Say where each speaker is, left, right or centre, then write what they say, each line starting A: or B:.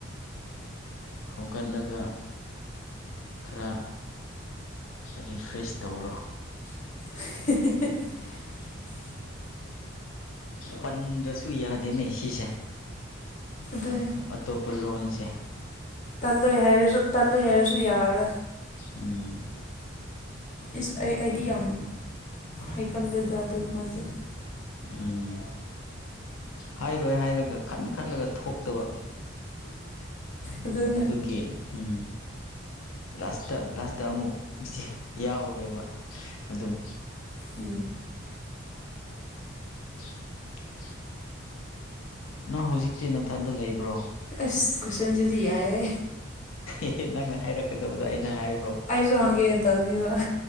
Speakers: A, on the left; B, on the left.
A: ꯍꯧꯒꯠꯂꯒ ꯈꯔ ꯔꯤꯐ꯭ꯔꯦꯁ ꯇꯧꯔꯣ
B: <inaudible>
A: ꯄꯟꯗꯕꯁꯨ ꯌꯥꯗꯦꯅꯦ ꯁꯤꯁꯤ꯫
B: ꯑꯗꯨꯅꯤ
A: ꯑꯇꯣꯞꯄ ꯂꯣꯣꯟꯁ
B: ꯇꯜꯂꯣꯏ ꯍꯥꯏꯔꯁꯨ ꯇꯜꯂꯣꯏ ꯍꯥꯏꯔꯁꯨ ꯌꯥꯔꯣꯏ
A: ꯎꯝ
B: ꯏꯁ ꯑꯩ ꯑꯩꯗꯤ ꯌꯥꯝ ꯍꯩꯒꯜꯂꯦꯗꯥ ꯑꯗꯨꯃꯥꯗꯤ
A: ꯎꯝ ꯍꯥꯏꯔꯣꯏ ꯍꯥꯏꯔꯒ ꯈꯟ ꯈꯜꯂꯒ ꯊꯣꯛꯇꯕ
B: ꯑꯗꯨꯅ
A: ꯑꯗꯨꯒꯤ ꯎꯝ ꯂꯥꯁꯇ ꯂꯥꯁꯇ ꯑꯃꯨꯛ ꯉ ꯌꯥꯎꯔꯦꯕ ꯑꯗꯨꯝ
B: ꯎꯝꯝ
A: <inaudible> ꯅꯪ ꯍꯧꯖꯤꯛꯇꯤ ꯅꯊꯟꯗ ꯂꯩꯕ꯭ꯔꯣ
B: ꯑꯁ ꯀ꯭ꯋꯁꯟꯖꯂꯤ ꯌꯥꯌꯦ
A: ꯑꯦ ꯅꯪꯅ ꯍꯥꯏꯔꯛꯀꯗꯕꯗꯣ ꯑꯩꯅ ꯍꯥꯏꯕ꯭ꯔꯣ
B: ꯆ꯭ꯔꯣꯒꯦ ꯑꯦꯟ ꯇꯅꯤ ꯋꯥ